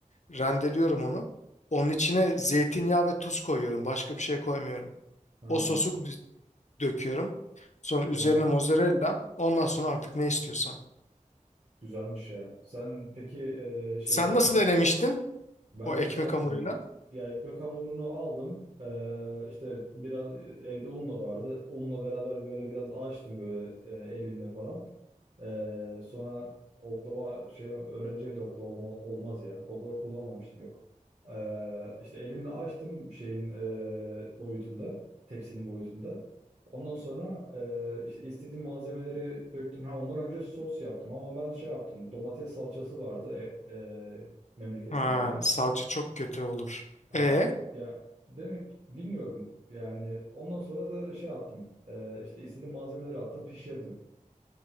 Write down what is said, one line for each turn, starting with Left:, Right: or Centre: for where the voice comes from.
Left: Rendeliyorum onu. Onun içine zeytinyağı ve tuz koyuyorum. Başka bir şey koymuyorum.
Right: Ha,
Left: O sosu d- döküyorum. Sonra üzerine
Right: tamam.
Left: mozzarella. Ondan sonra artık ne istiyorsan.
Right: Güzelmiş ya. Sen peki e, şeyde
Left: Sen nasıl denemiştin
Right: ben
Left: o ekmek
Right: şey yaptım.
Left: hamuruyla?
Right: Ya ekmek hamurunu aldım. Ee, işte biraz evde un da vardı. Unla beraber böyle biraz açtım böyle e, elimle falan. Ee, sonra oklava şey öğreneceğim de oklava olma- olmaz ya. Oklava kullanmamıştım yok. Ee, işte elimle açtım şeyin e, boyutunda. Tepsinin boyutunda. Ondan sonra e, işte istediğim malzemeleri döktüm. Ha ondan önce sos yaptım ama ben şey yaptım. Domates salçası vardı e, e, memleketten
Left: Ha,
Right: gelen.
Left: salça çok kötü olur.
Right: Aa,
Left: E,
Right: ya demek bilmiyorum yani ondan sonra da şey yaptım Ee, işte istediğim malzemeleri attım pişirdim.